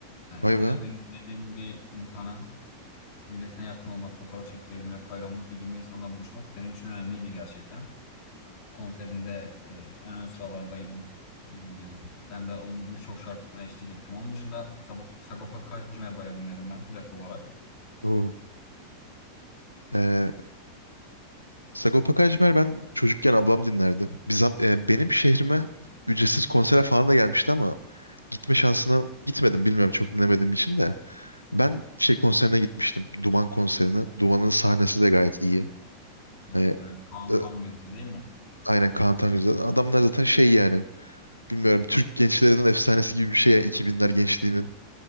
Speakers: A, on the left; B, on the left.
A: Yani
B: Vay
A: önceden
B: be.
A: beri dediğim bir insana, böylesine yakın olmak, fotoğraf çektirebilmek, hayranlık duyduğum bir insanla buluşmak benim için önemliydi gerçekten. Konserinde e, en ön sıralardaydım. E, bil- ben de onun birçok şarkısına eşlik ettim. Onun dışında Sabo- Sagopa Kajmer dinlerim ben rap olarak.
B: Oo.
A: E,
B: E, Sagopa Kajmer ben çocukken ablam dinlerdi. Biz, e, benim şehrime ücretsiz konsere falan da gelmişti ama gitme şansına gitmedim bilmiyorum çok dinlemediğim için de. Ben şey konserine gitmiştim. Duman konserine. Duman'ın sahnesi de gayet iyi.
A: Evet
B: Hani,
A: evet Kaan
B: e,
A: Tangöze değil mi?
B: aynen Kaan Tangözel. Adamlar zaten şey yani. Bilmiyorum Türk gençlerinin efsanesi gibi bir şey yani 2000'ler gençliğinin.